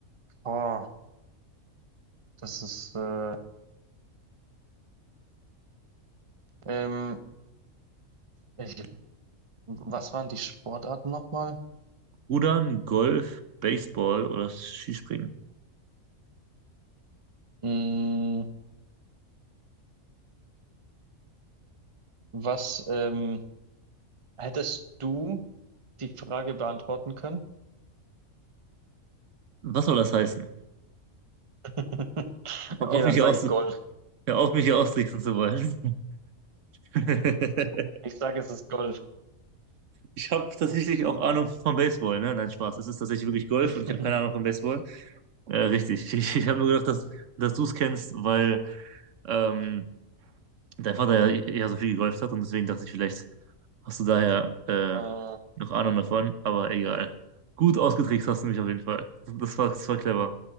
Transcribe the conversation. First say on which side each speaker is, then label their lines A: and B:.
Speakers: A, on the right (about 25°); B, on the right (about 70°).
A: Oh, das ist. Äh, ähm, ich Was waren die Sportarten nochmal?
B: Rudern, Golf, Baseball oder Skispringen.
A: Mm, was ähm, hättest du die Frage beantworten können?
B: Was soll das heißen?
A: <laughs>
B: Hör
A: Okay,
B: auf,
A: dann
B: mich hier
A: sage
B: aus,
A: ich Golf.
B: hör auf, mich hier austricksen zu wollen. <laughs>
A: Ich sage, es ist Golf.
B: Ich habe tatsächlich auch Ahnung von Baseball, ne? Nein, Spaß. Es ist tatsächlich wirklich Golf
A: <laughs>
B: und ich habe keine Ahnung von Baseball. Äh, richtig. Ich, ich habe nur gedacht, dass, dass du es kennst, weil ähm, dein Vater ja eher so viel gegolft hat und deswegen dachte ich, vielleicht hast du daher äh,
A: Äh,
B: noch Ahnung davon, aber egal. Gut ausgetrickst hast du mich auf jeden Fall. Das war, das war clever.